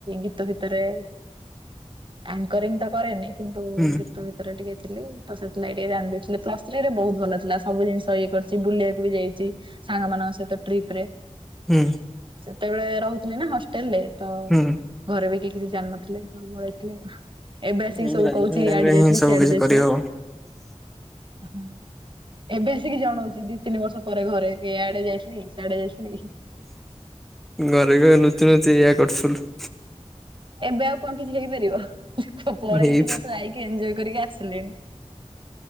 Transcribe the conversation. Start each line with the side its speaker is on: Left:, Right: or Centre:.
Right: ଗୀତ ଫିତରେ ଆଙ୍କରିଂ ତ କରେନି କିନ୍ତୁ
Centre: ହୁଁ
Right: ଗୀତ ଭିତରେ ଟିକେ ଥିଲି ସେଥିଲାଗି ଟିକେ ରାନ୍ଧୁଥିଲି ପ୍ଲ ସ ଥ୍ରୀ ରେ ବହୁତ ଭଲ ସବୁ ଜିନିଷ ଇଏ କରିଛି ବୁଲିବାକୁ ମୁଁ ଯାଇଛି ସାଙ୍ଗ ମାନଙ୍କ ସହିତ ଟ୍ରିପ ରେ।
Centre: ହୁଁ
Right: ସେତେବେଳେ ରହୁଥିଲି ନା ହଷ୍ଟେଲ ରେ ତ
Centre: ହୁଁ।
Right: ଘରେ ବି କେହି କିଛି ଜାଣିନଥିଲେ ସବୁ ଘରେ ଥିଲେ। ଏବେ ଆସିକି
Centre: ଏଇ
Right: ସବୁ
Centre: ଗ୍ରାଜୁଏସନ
Right: କହୁଛି
Centre: ଟାଇମ
Right: ଇଆଡେ
Centre: ରେ
Right: ଯାଇଥିଲି
Centre: ହିଁ ସବୁ
Right: ସିଆଡେ
Centre: କିଛି
Right: ଯାଇଥିଲି।
Centre: କରିହବ
Right: ହଁ ଏବେ ଆସିକି ଜଣଉଛି ଦି ତିନି ବର୍ଷ ପରେ ଘରେ ଇଆଡେ ଯାଇଥିଲି। ସିଆଡେ ଯାଇଥିଲି
Centre: ଘରେ କହିବେ ନୁଚି ନୁଚି ଏଇୟା କରୁଥିଲୁ।
Right: ଏବେ ଆଉ କଣ କିଛି ହେଇପାରିବ ପଳେଇକି
Centre: ହେଇ
Right: ଯେତୁ ଆଇକି ଏଞଜୟ କରିକି ଆସିଲିଣି।